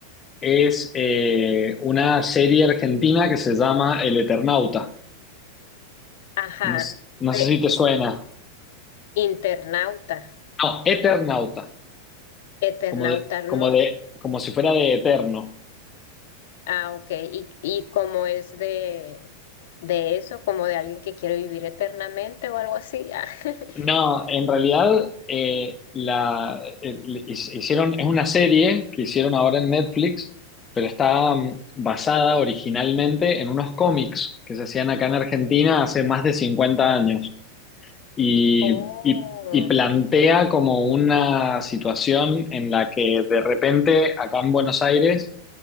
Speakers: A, on the left; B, on the left.
A: es eh, una serie argentina que se llama El Eternauta.
B: Ajá.
A: No, s- no
B: Pe-
A: sé si te suena.
B: Internauta,
A: No, Eternauta,
B: Eternauta,
A: como de,
B: no.
A: como de, como si fuera de eterno.
B: Ah, ok. Y, y como es de, de eso, como de alguien que quiere vivir eternamente o algo así. ah. <laughs>
A: No, en realidad eh, la, el- his- hicieron, es una serie que hicieron ahora en Netflix, pero está mm, basada originalmente en unos cómics que se hacían acá en Argentina hace más de 50 años. y,
B: Oh,
A: y- y plantea como una situación en la que de repente acá en Buenos Aires